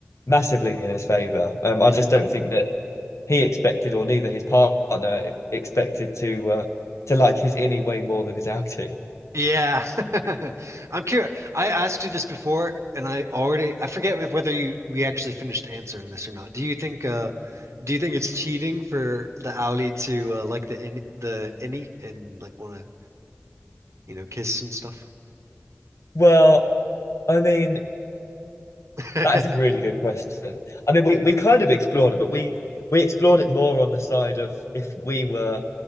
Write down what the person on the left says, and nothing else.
massively in his favor. Um, I just don't think that he expected, or neither his partner expected to uh, to like his innie way more than his outie?
Well, I mean,
that is a really good question. I mean, we, we kind of explored it, but we we explored it more on the side of if we were